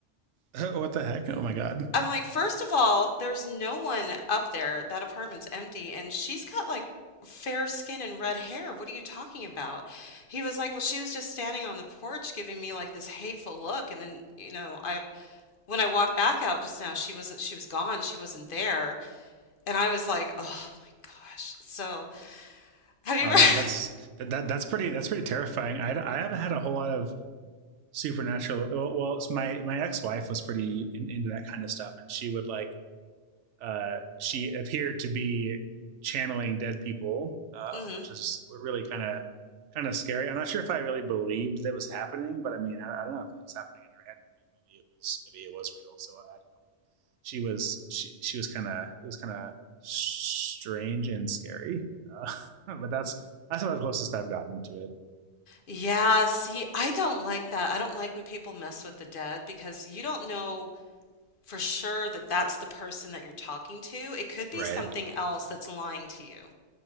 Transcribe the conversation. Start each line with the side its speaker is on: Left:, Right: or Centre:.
Right: Oh, what the heck? Oh my god!
Left: I'm like, first of all, there's no one up there. That apartment's empty, and she's got like fair skin and red hair. What are you talking about? He was like, well, she was just standing on the porch giving me like this hateful look, and then, you know, I when I walked back out just now, she wasn't, she was gone, she wasn't there, and I was like, oh my gosh. So, have
Right: Wow
Left: you ever?
Right: that
Left: <laughs>
Right: that's that, that that's pretty that's pretty terrifying. I I haven't had a whole lot of supernatural. Well, well it's my my ex wife was pretty in, into that kind of stuff, and she would like uh, she appeared to be channeling dead people, uh,
Left: hmm
Right: which is really kind of kind of scary. I'm not sure if I really believed that was happening, but I mean, I, I don't know if it was happening in her head. Maybe, maybe it was maybe it was real. So I don't know. But she was she she was kind of it was kind of strange and scary. Uh, <laughs> but that's that's about the closest I've gotten to it.
Left: Yeah, see, I don't like that. I don't like when people mess with the dead because you don't know. for sure that that's the person that you're talking to. It could be
Right: Right.
Left: something else that's lying to you.